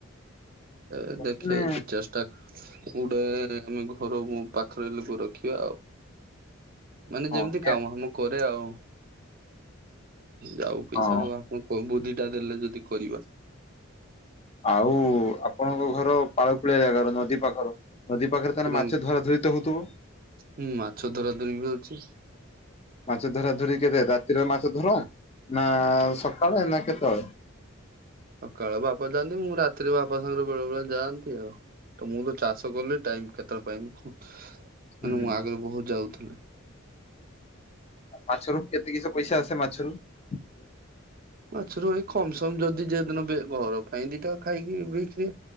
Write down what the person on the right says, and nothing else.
ଏ
ଦେଖିବା ତ ଚେଷ୍ଟ୍ ତା ଗୁଟେ ଆମେ ଘର ପାଖେରେ ଲୋକ ରଖିବା ଆଉ। ମାନେ
ଯେମିତି
କାମ ଫାମ କରିଆ ଆଉ। ଯାଉ ପଇସା
ଆଉ ଆପଣ ବୁଦ୍ଧି ଟା ଦେଲେ ଯଦି କରିବା।
ପୁରା
ହୁଁ ମାଛ ଧରା ଧରି ବି ହଉଚି।
ସକାଳେ ବାପା ଯାଆନ୍ତି ମୁଁ ରାତିରେ ବାପା ସାଙ୍ଗରେ ବେଳେ ବେଳେ ଯାଆନ୍ତି ଆଉ। ତ ମୁଁ ତ ଚାଷ କଲି ଟାଇମ୍ କେତେବେଳେ ପାଇବି ମାନେ
ମୁଁ ଆଗରୁ ବହୁତ୍ ଯାଉଥିଲି।
ମାଛରୁ ଏଇ କମ୍ <unintelligible> ଯଦି ଯଉଦିନ ଘର ପାଇଁ ଦିଟା ଖାଇକି ବିକି